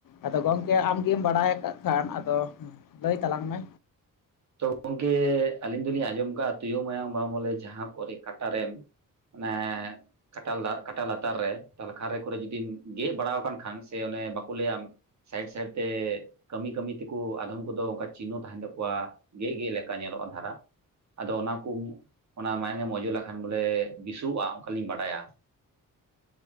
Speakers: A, on the left; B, on the right.
A: ᱟᱫᱚ ᱜᱚᱝᱠᱮ ᱟᱢᱜᱮᱢ ᱵᱟᱲᱟᱭ ᱟᱠᱟᱫ ᱠᱷᱟᱱ ᱟᱫᱚ ᱞᱟᱹᱭ ᱛᱟᱞᱟᱝ ᱢᱮ᱾
B: ᱛᱚ ᱜᱚᱢᱠᱮ ᱟᱹᱞᱤᱧ ᱫᱚᱞᱤᱧ ᱟᱸᱡᱚᱢ ᱠᱟᱜᱼᱟ ᱛᱩᱭᱩ ᱢᱟᱭᱟᱢ ᱵᱟᱢᱚᱞᱮ ᱡᱟᱦᱟᱸ ᱠᱚᱨᱮ ᱠᱟᱴᱟᱨᱮᱢ ᱚᱱᱮ ᱠᱟᱴᱟᱞ ᱠᱟᱴᱟ ᱞᱟᱛᱟᱨ ᱨᱮ ᱛᱟᱦᱚᱞᱮ ᱠᱷᱟᱨᱮ ᱠᱚᱨᱮ ᱡᱩᱫᱤᱢ ᱜᱮᱫ ᱵᱟᱲᱟ ᱟᱠᱟᱱ ᱠᱷᱟᱱ ᱥᱮ ᱚᱱᱮ ᱵᱟᱠᱚ ᱞᱟᱹᱭᱟᱢ ᱥᱟᱭᱤᱰ ᱥᱟᱭᱤᱰ ᱛᱮ ᱠᱟᱹᱢᱤ ᱠᱟᱹᱢᱤ ᱛᱮᱠᱚ ᱟᱫᱷᱚᱢ ᱠᱚᱫᱚ ᱚᱱᱠᱟ ᱪᱤᱱᱦᱚ ᱛᱟᱦᱮᱱ ᱛᱟᱠᱚᱣᱟ᱾ ᱜᱮ ᱜᱮ ᱞᱮᱠᱟ ᱧᱮᱞᱚᱜᱼᱟ ᱫᱷᱟᱨᱟ᱾ ᱟᱫᱚ ᱚᱱᱟ ᱠᱚ ᱚᱱᱟ ᱢᱟᱭᱟᱢᱮᱢ ᱚᱡᱚᱜ ᱞᱮᱠᱷᱟᱱ ᱵᱚᱞᱮ ᱵᱮᱥᱚᱜᱼᱟ ᱚᱱᱠᱟᱞᱤᱧ ᱵᱟᱰᱟᱭᱟ᱾